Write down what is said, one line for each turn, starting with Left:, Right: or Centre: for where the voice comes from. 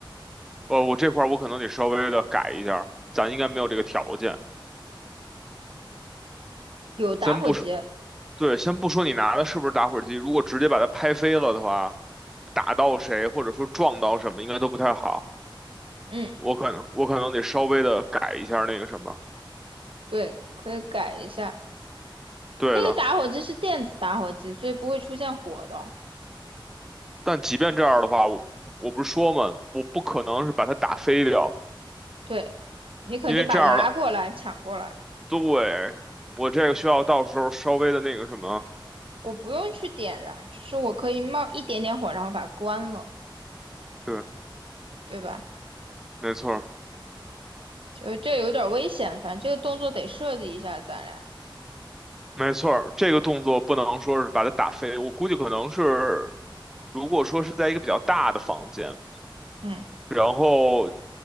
Centre: 哦，我这块儿我可能得稍微的改一下儿，咱应该没有这个条件。
Right: 有打火机，
Centre: 咱不是。对，先不说你拿的是不是打火机，如果直接把它拍飞了的话，打到谁或者说撞到什么，应该都不太好。
Right: 嗯，
Centre: 我可能我可能得稍微的改一下那个什么，
Right: 对，可以改一下，
Centre: 对的。
Right: 那个打火机是电子打火机，所以不会出现火的哦
Centre: 但即便这样的话，我我不是说嘛，我不可能是把它打飞掉，
Right: 对，你可能就把拉过来抢过来，
Centre: 因为这样的，对，我这个需要到时候稍微的那个什么，
Right: 我不用去点燃，就是我可以冒一点点火，然后把它关了，
Centre: 对，
Right: 对吧？
Centre: 没错儿
Right: 就是这有点危险，反正这个动作得设计一下，咱俩，
Centre: 没错儿这个动作不能说是把它打飞，我估计可能是，如果说是在一个比较大的房间。
Right: 嗯
Centre: 然后